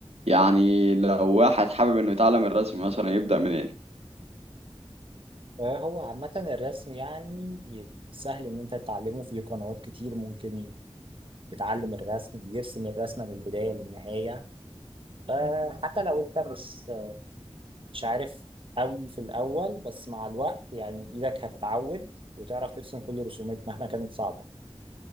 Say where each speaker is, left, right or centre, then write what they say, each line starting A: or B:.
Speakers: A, on the right; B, on the right.
A: يعني لو واحد حابب إنه يتعلم الرسم مثلا يبدأ منين؟
B: هو عامة الرسم يعني سهل إن أنت تتعلمه في قنوات كتير ممكن بتعلم الرسم بيرسم الرسمة من البداية للنهاية فحتى لو أنت مش مش عارف قوي في الأول بس مع الوقت يعني إيدك هتتعود وتعرف ترسم كل الرسومات مهما كانت صعبة